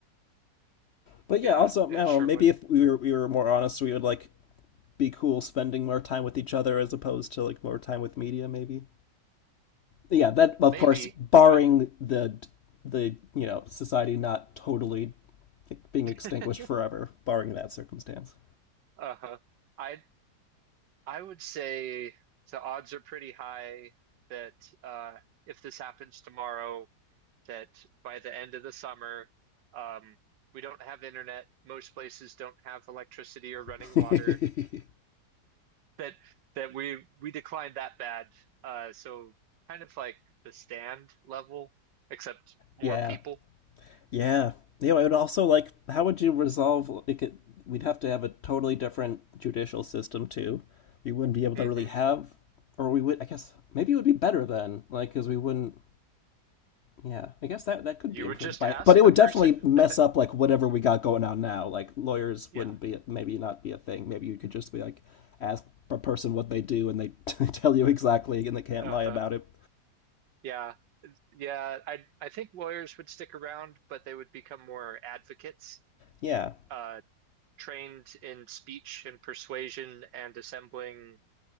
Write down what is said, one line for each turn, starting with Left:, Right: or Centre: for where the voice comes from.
Left: But
Right: Yeah,
Left: yeah, also I
Right: it
Left: don't
Right: sure
Left: know. Maybe
Right: would.
Left: if we were we were more honest, we would like be cool spending more time with each other as opposed to like more time with media maybe yeah that of
Right: Maybe,
Left: course barring
Right: but
Left: the the you know society not totally like, being extinguished
Right: <laughs>
Left: forever barring that circumstance
Right: uh I I would say the odds are pretty high that uh, if this happens tomorrow, that by the end of the summer, um, we don't have internet. Most places don't have electricity or running
Left: <laughs>
Right: water. That that we we declined that bad. Uh, so kind of like the stand level, except more
Left: yeah
Right: people.
Left: yeah you know i would also like how would you resolve like it, we'd have to have a totally different judicial system too we wouldn't be able
Right: hmm
Left: to really have or we would i guess maybe it would be better then like because we wouldn't Yeah, I guess that that could
Right: You
Left: be improved
Right: would just
Left: by
Right: ask
Left: it, but it
Right: the
Left: would
Right: person.
Left: definitely mess
Right: <laughs>
Left: up like whatever we got going on now. Like lawyers
Right: Yeah.
Left: wouldn't be maybe not be a thing. Maybe you could just be like ask a person what they do and they <laughs> tell you exactly and they can't
Right: Uh-huh.
Left: lie about it.
Right: Yeah. Yeah, I I think lawyers would stick around, but they would become more advocates,
Left: Yeah,
Right: uh, trained in speech and persuasion and assembling,